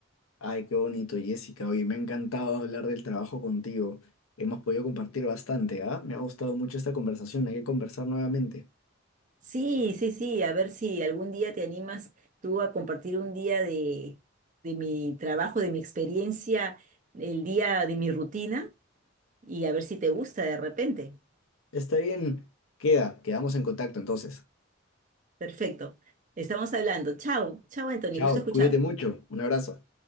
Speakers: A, on the left; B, on the right.
A: Ay, qué bonito, Jessica. Oye, me ha encantado hablar del trabajo contigo. Hemos podido compartir bastante, ¿ah? Me ha gustado mucho esta conversación. Hay que conversar nuevamente.
B: Sí, sí, sí, a ver si algún día te animas tú a compartir un día de, de mi trabajo, de mi experiencia, el día de mi rutina y a ver si te gusta de repente.
A: Está bien. Queda, quedamos en contacto entonces.
B: Perfecto. Estamos hablando. Chao, chao, Anthony,
A: Chao,
B: gusto escuchar.
A: cuídate mucho. Un abrazo.